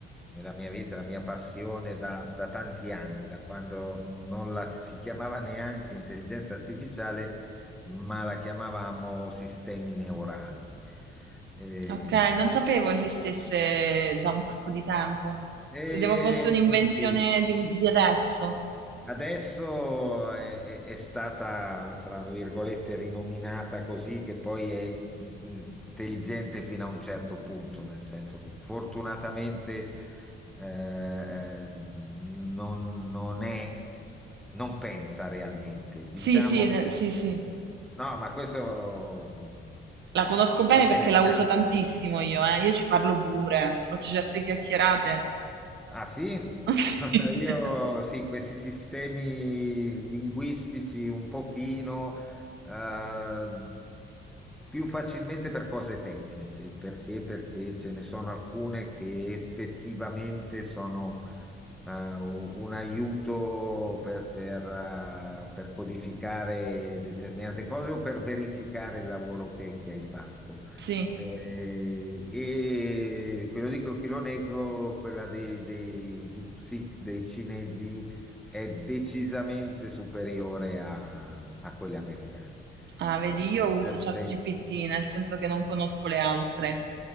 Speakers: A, in the centre; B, on the right.
A: è la mia vita, la mia passione da, da tanti anni, da quando non la si chiamava neanche intelligenza artificiale, ma la chiamavamo sistemi neurali. Eh,
B: Ok, non sapevo esistesse da un sacco di tempo,
A: eh,
B: credevo fosse un'invenzione
A: sì,
B: di, di adesso.
A: Adesso è, è- è stata, tra virgolette, rinominata così, che poi è in- intelligente fino a un certo punto, nel senso che fortunatamente eh, eh, non, non è, non pensa realmente. Diciamo
B: Sì, sì, ne-
A: che,
B: sì, sì.
A: no, ma questo mm,
B: La conosco bene
A: io
B: perché
A: me ne
B: la
A: scampo.
B: uso tantissimo io, eh. Io ci parlo pure, ci faccio certe chiacchierate.
A: Ah sì,
B: <laughs>
A: <laughs> io sì, questi sistemi linguistici un pochino eh, più facilmente per cose tecniche, perché? Perché ce ne sono alcune che effettivamente sono eh, un aiuto per, per, eh, per codificare determinate cose o per verificare il lavoro che che hai fatto.
B: Sì.
A: Eh, e ve lo dico, e chi lo nego, quella dei, dei, di Psy- dei cinesi è decisamente superiore a, a quelle americane.
B: Ah, vedi,
A: Eh,
B: io uso
A: certo,
B: ChatGPT,
A: se-
B: nel senso che non conosco le altre.